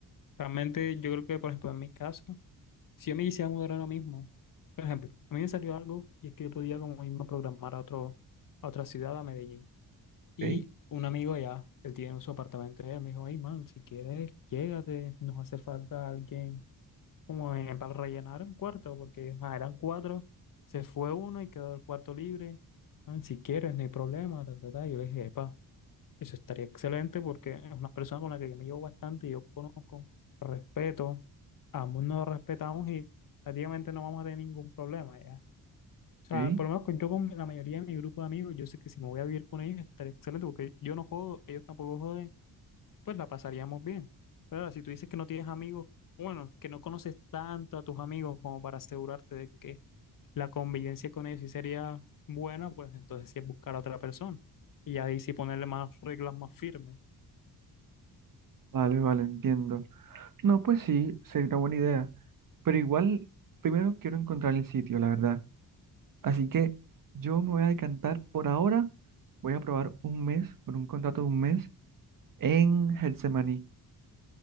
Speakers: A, on the left; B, on the right.
A: Realmente yo creo que, por ejemplo, en mi caso, si yo me quisiera mudar ahora mismo, por ejemplo, a mí me salió algo y es que yo podía como irme a programar a otro, a otra ciudad, a Medellín.
B: ¿Ok?
A: Y un amigo allá, él tiene su apartamento, y él me dijo, ay, man, si quieres, llégate, nos hace falta alguien como en- para rellenar un cuarto, porque ah, eran cuatro, se fue uno y quedó el cuarto libre. Ah, si quieres, no hay problema. ta, ta, ta. Yo le dije, epa, eso estaría excelente porque es una persona con la que yo me llevo bastante y yo conozco, respeto, ambos nos respetamos y prácticamente no vamos a tener ningún problema ya. O sea,
B: ¿ok?
A: por lo menos con- yo con la mayoría de mi grupo de amigos, yo sé que si me voy a vivir con ellos estaría excelente porque yo no jodo, ellos tampoco joden pues la pasaríamos bien. Pero ahora, si tú dices que no tienes amigos, bueno, que no conoces tanto a tus amigos como para asegurarte de que la convivencia con ellos sí sería buena, pues entonces sí es buscar a otra persona. Y ahí sí ponerle más reglas más firmes.
B: Vale, vale, entiendo. No, pues sí, sería una buena idea. Pero igual, primero quiero encontrar el sitio, la verdad. Así que yo me voy a decantar por ahora. Voy a probar un mes, por un contrato de un mes, en Getsemaní.